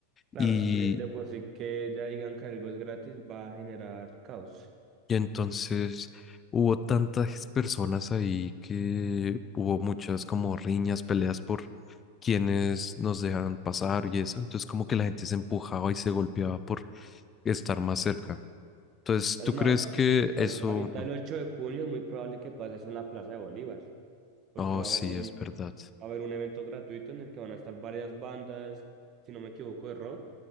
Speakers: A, on the right; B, on the left.
A: Claro,
B: y
A: es que de por sí que ya digan que algo es gratis va a generar caos.
B: Y entonces hubo tantas personas ahí que hubo muchas como riñas, peleas por quienes nos dejaban pasar y eso. Entonces como que la gente se empujaba y se golpeaba por estar más cerca. Entonces,
A: Es
B: ¿tú
A: más,
B: crees que eso...
A: ahor- ahorita el 8 de junio es muy probable que pase eso en la Plaza de Bolívar, porque
B: Oh,
A: va
B: sí,
A: a haber un,
B: es verdad.
A: a haber un evento gratuito en el que van a estar varias bandas, si no me equivoco, de rock.